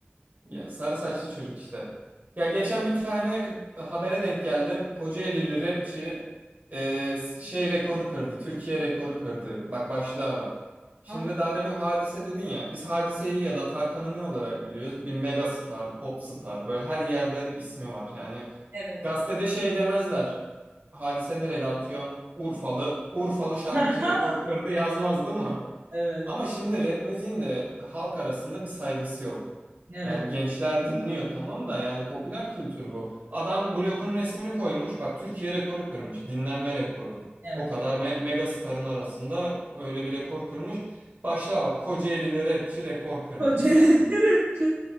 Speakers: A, on the right; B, on the right.
A: Ya sarı saçlı çocuk işte. Ya geçen bir tane habere denk geldim. Kocaelili rapçi e, şey rekoru kırdı. Türkiye rekoru kırdı. Bak başlığa bak. Şimdi
B: Vallahi.
A: daha demin Hadise dedin ya. Biz Hadise'yi ya da Tarkan'ı ne olarak biliyoruz? Bir mega star, pop star. Böyle her yerde ismi var. Yani
B: Evet,
A: gazetede şey demezler. Hadise nereli atıyorum? Urfalı. Urfalı şarkıcı
B: <laughs>
A: rekor kırdı yazmaz değil mi?
B: evet,
A: Ama şimdi rap müziğin de halk arasında bir saygısı yok.
B: evet,
A: Yani gençler dinliyor tamam da yani popüler kültür bu. Adam blokun resmini koymuş. Bak Türkiye rekoru kırmış. Dinlenme rekoru.
B: evet.
A: O kadar me mega starın arasında öyle bir rekor kırmış. Başla bak Kocaelili rapçi rekor kırdı
B: Kocaeli
A: yani.
B: rapçi.